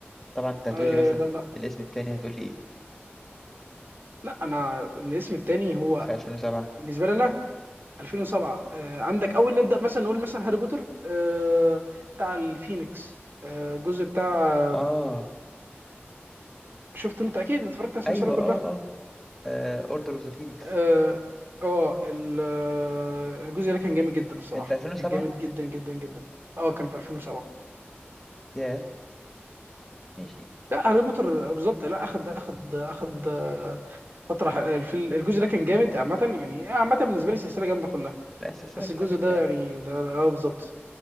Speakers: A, in the centre; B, on the right.
A: طبعا انت هتقول
B: ايوه
A: لي
B: ايوه
A: مثلا
B: لا لا
A: الاسم التاني هتقول لي ايه
B: لا انا الاسم التاني هو
A: في 2007
B: بالنسبه لنا 2007 آه عندك اول نبدا مثلا نقول مثلا هاري بوتر آه بتاع الفينيكس آه الجزء بتاع
A: اه
B: شفت انت اكيد اتفرجت على
A: ايوه
B: السلسله كلها
A: اه اه اوردر اوف ذا فينيكس
B: اه آه، ال- آه، الجزء ده كان جامد جدا الصراحه
A: كان في 2007
B: كان جامد جدا جدا جدا اه كان في 2007
A: ياه ماشي
B: لا هاري بوتر بالظبط لا اخد اخد اخد آه، فتره ح- الفيل- الجزء ده كان جامد عامه يعني عامه بالنسبه لي السلسله جامده كلها
A: لا السلسلة
B: بس
A: كلها
B: الجزء
A: جامدة
B: ده
A: يعني
B: يعني ده اه بالظبط